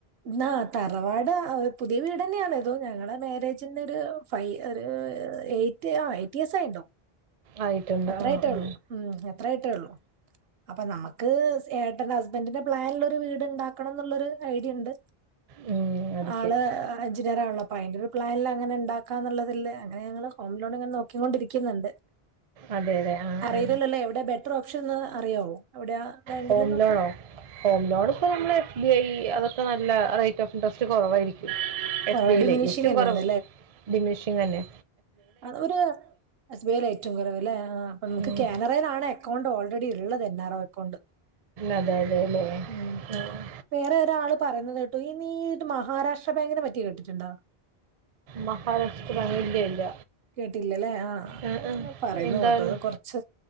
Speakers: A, on the right; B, on the right.
A: എന്നാ തറവാട് പുതിയ വീട് തന്നേണ്, ഞങ്ങളെ മാരേജിന്റെ ഒരു, ഫൈ ഒരു എയ്റ്റ് ആ എയ്റ്റ് ഇയർസ് ആയിണ്ടാവും.
B: ആയിട്ടുണ്ട്.
A: അത്രായിട്ടേ
B: ആ, ആ.
A: ഒള്ളൂ ഉം അത്രായിട്ടേ ഒള്ളു. അപ്പ നന്മക്ക് ഏട്ടന്റെ ഹസ്ബൻറിന്റെ പ്ലാനുള്ളൊരു- വീട്ണ്ടാക്കണം ന്നുള്ളൊരു ഐഡിയണ്ട്
B: ഉം. അത്
A: ആള്
B: ശരി.
A: എൻജിനീയറാണല്ലോ അപ്പോ അയിന്റെ ഒരു പ്ലാനില് അങ്ങനെ ഉണ്ടാക്കാന്നുള്ളതില്. അങ്ങനെ ഞങ്ങള് ഹോം ലോൺ ഇങ്ങനെ, നോക്കികൊണ്ടിരിക്കുന്നുണ്ട്.
B: അതെ, അതെ. ആ,
A: അറിയില്ലല്ലല്ലേ
B: ആ.
A: എവിടെ ബെറ്റർ ഓപ്ഷൻന്ന് അറിയാവോ? എവിടെയ ബാങ്കിൽന്നൊക്കെ?
B: ഹോം ലോണോ? ഹോം ലോൺ ഇപ്പ, നമ്മള് എസ്. ബി. ഐ, അതൊക്കെ നല്ല റേറ്റ് ഓഫ്- ഇൻടറസ്റ്റ് കുറവായിരിക്കും.
A: കുറവാ
B: എസ്. ബി ഐയിലേ
A: ഡിമിനിഷിങ്
B: ഇക്കും
A: തന്നെയാണ്
B: കൊറവ് ഡിമിഷിങന്നെ.
A: ആഹാ ഒരു എസ് ബി ഐ ലാ ഏറ്റവും കുറവ് ലേ, ആഹാ അപ്പോ നമുക്ക്
B: ഉം.
A: കാനറയിലാണ്. അക്കൗണ്ട് ഓൾറെഡി ള്ളത് എൻ. ആർ. O account.
B: അതെല്ലേ,
A: ഉം.
B: ആഹാ!
A: വേറെ ഒരാള് പറയുന്നത് കേട്ടു ഈ, നീ ഇത് മഹാരാഷ്ട്ര ബാങ്കിനെ പറ്റി കേട്ടിട്ടുണ്ടോ.
B: മഹാരാഷ്ട്ര ബാങ്ക് ഇല്ല.
A: കേട്ടില്ലല്ലേ ആഅത്
B: ആ, ആ.
A: വന്ന് പറയുന്നത്
B: എന്തായാലും
A: കേട്ടു അത് കൊറ- ച്ച്